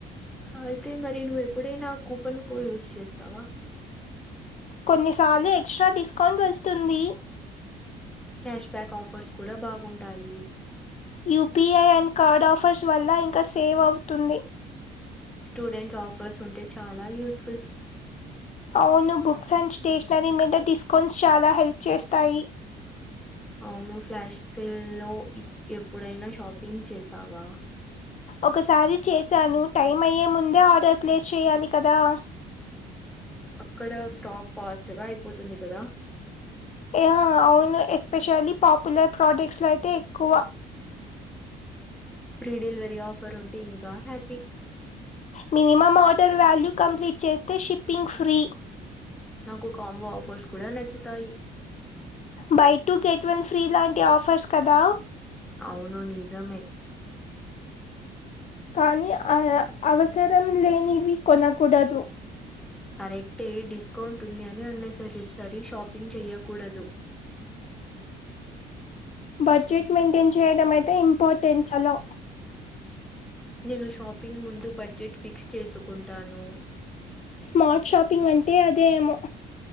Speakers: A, in the centre; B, on the left.
A: అయితే మరి నువ్వు ఎప్పుడైనా కూపన్ కో యూస్ చేస్తావా
B: కొన్నిసార్లు ఎక్స్ట్రా డిస్కౌంట్ వస్తుంది
A: క్యాష్ బ్యాక్ ఆఫర్స్ కూడా బాగుంటాయి
B: యపీఐ అండ్ కార్డ్ ఆఫర్స్ వల్ల ఇంకా సేవ్ అవుతుంది
A: స్టూడెంట్స్ ఆఫర్స్ ఉంటే చాలా యూస్ ఫుల్
B: అవును బుక్స్ అండ్ స్టేషనరీ మీద డిస్కౌంట్స్ చాలా హెల్ప్ చేస్తాయి
A: అవును ఫ్లాష్ సెల్లో ఎ ఎప్పుడైనా షాపింగ్ చేసావా
B: ఒకసారి చేసాను టైం అయ్యే ముందే ఆర్డర్ ప్లేస్ చెయ్యాలి కదా <inaudible>
A: అక్కడ స్టాప్ ఫాస్ట్ గా అయిపోతుంది కదా
B: యా అవును ఎస్పెషల్లీ పాపులర్ ప్రొడక్ట్స్లో అయితే ఎక్కువ
A: ఫ్రీ డెలివరీ ఆఫర్ ఉంటే ఇంకా happy
B: minimum order value complete చేస్తే షిప్పింగ్ ఫ్రీ
A: నాకు కాంబో ఆఫర్స్ కూడా నచ్చుతాయి
B: buy two get one free లాంటి ఆఫర్స్ కదా
A: అవును నిజమే
B: కానీ ఆ అవసరం లేనివి కొనకూడదు
A: కరెక్టే డిస్కౌంట్ ఉంది అని అన్నెసరి సరి షాపింగ్ చెయ్యకూడదు
B: <inaudible> బడ్జెట్ మెయింటైన్ చేయడం అయితే ఇంపార్టెంట్ చాలా
A: నేను షాపింగ్ ముందు బడ్జెట్ ఫిక్స్ చేసుకుంటాను
B: స్మార్ట్ షాపింగ్ అంటే అదేమో